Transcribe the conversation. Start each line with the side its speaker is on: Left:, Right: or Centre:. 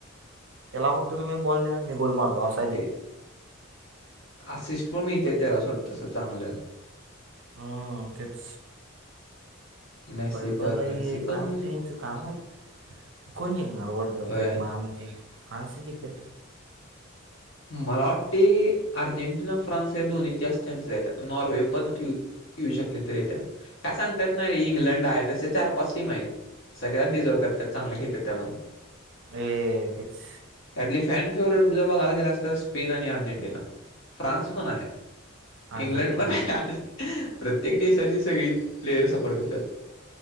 Right: त्याला फक्त तुम्ही बॉल द्या मी गोल मारतो अस.
Left: ते आसिस्ट पण मिळतय त्याला सोडतस चांगलं.
Right: हा तेच.
Left: मेसी
Right: परत
Left: पण
Right: आता ही
Left: मेसी पण
Right: काय होतय याचं काय माहित कोण जिंकणार वर्ल्ड कप
Left: होय
Right: तरी मायामती फ्रान्स जिकल.
Left: मला वाटतय अर्जेंटिना फ्रान्स या दोन्हीत जास्त. चान्स येत नॉर्वे पण येऊ शकले तर येत्यात काय सांगतात? नाही रे इंग्लंड आहे तस चार पाच टीम आहेत सगळ्याच डिझर्व करतात चांगले खेळतात त्या पण
Right: हे तेच.
Left: त्यातली फॅन फेवरेट बद्द्ल बघायला गेलास असतात स्पेन आणि अ. अर्जेंटिना फ्रान्स पण हाय
Right: अर्जेंटिना
Left: इंग्लंड पण हाय. प्रत्येक देशाची सगळी प्लेअयर सपोर्ट करत्यात.